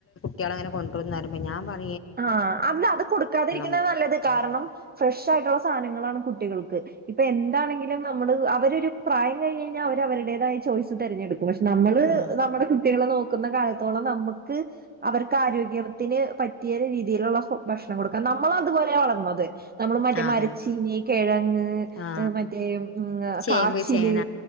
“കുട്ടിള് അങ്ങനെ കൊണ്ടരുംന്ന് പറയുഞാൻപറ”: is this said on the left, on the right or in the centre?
Left